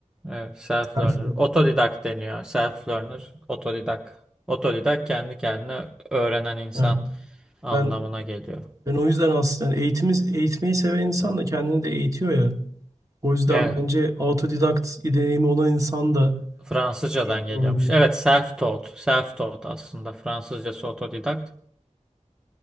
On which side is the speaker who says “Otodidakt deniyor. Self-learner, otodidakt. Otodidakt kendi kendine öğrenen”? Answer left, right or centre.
Centre